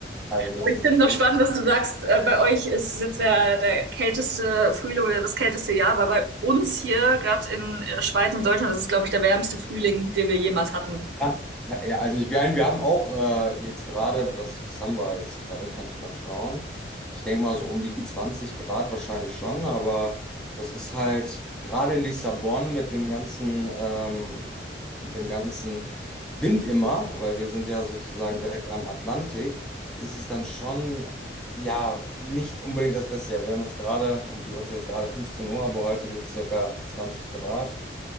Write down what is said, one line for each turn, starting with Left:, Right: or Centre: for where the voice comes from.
Centre: Also das
Right: Aber ich
Centre: ist
Right: finde noch
Centre: echt.
Right: spannend, dass du sagst, äh, bei euch ist es jetzt der, der kälteste Frühling oder das kälteste Jahr, weil bei uns hier, gerade in äh, Schweiz und Deutschland, ist es, glaube ich, der wärmste Frühling, den wir jemals hatten.
Centre: Ja, ja, also ich meine, wir haben auch äh, jetzt gerade, was, was haben wir jetzt gerade, kann ich mal schauen. Ich denke mal so um die 20 Grad wahrscheinlich schon, aber das ist halt gerade in Lissabon mit dem ganzen, ähm, mit dem ganzen Wind immer, weil wir sind ja sozusagen direkt am Atlantik, ist es dann schon, ja, nicht unbedingt das Beste. Ja, wir haben jetzt gerade, um die Uhrzeit jetzt gerade 15 Uhr, aber heute wird es circa 20 Grad.